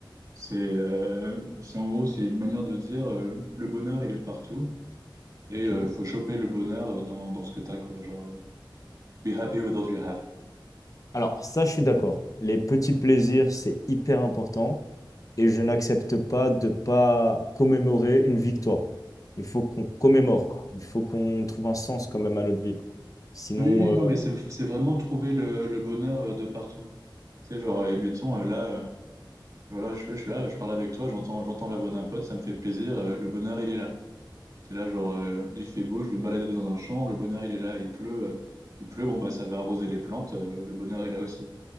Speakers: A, on the right; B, on the left.
A: C'est euh, c'est en gros, c'est une manière de dire euh, le bonheur, il est partout. Et
B: ok.
A: euh, faut choper le bonheur euh, dans, dans ce que t'as, quoi. Genre, euh, be happy with what you have.
B: Alors, ça, je suis d'accord. Les petits plaisirs, c'est hyper important. Et je n'accepte pas de pas commémorer une victoire. Il faut qu'on commémore. Il faut qu'on trouve un sens quand même à notre vie. Sinon,
A: Oui, oui, non,
B: euh,
A: mais c'est c'est vraiment trouver le, le bonheur euh, de partout. Tu sais, genre, euh, mettons, euh, là, euh, voilà, je, je suis là, je parle avec toi, j'entends, j'entends la voix d'un pote, ça me fait plaisir, euh, le bonheur, il est là. C'est là, genre, euh, il fait beau, je vais me balader dans un champ, le bonheur, il est là, il pleut, euh, il pleut, bon, bah, ça va arroser les plantes, euh, le bonheur est là aussi.